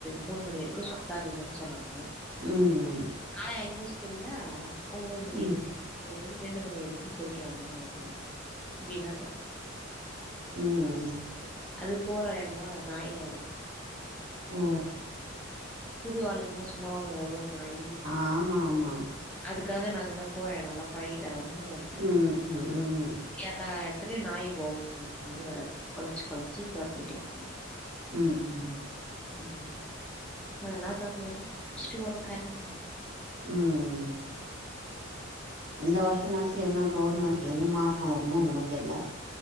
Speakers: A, in the centre; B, on the right (about 65°).
A: மூணு மணி வரைக்கு சுத்தாதீங்கன்னு சொன்னாங்க
B: ம் ம்
A: ஆனா எங்க ஸ்கூல்ல ஒம்போது மணில
B: ம்
A: இருந் ம் ரெண்டு மணி வரைக்கும் போயிட்டு வாங்கன்ன நடக்கற இப்டிலா ச
B: ம்
A: அது போற எடல்லா நாய் வேற
B: ஓ
A: புது ஆளுங்கல்லா சும்மாவங்க உடு நாய்
B: ஆமா ஆமா
A: அதுக்காக நாங்க என்ன போற எடம்ல்லா பழகிட்டா வர முடியு அங்க
B: ம் ம் ம்
A: எல்லா எடத்துலயு நாய் வவ்வு அப்டின்னு வரது குலைச்சு குலைச்சி காத்துட்டு இருக்குங்க
B: ம் ம்
A: ம் அதுலா தாண்டி வரு ஃபர்ஸ்ட் வர கேன்வாஸ்
B: ம் இந்த வருஷம்னாச்சு எதுனா கவுவர்மெண்ட்ல இருந்து மாட்ரோ வருமோ என்னமோ தெர்ல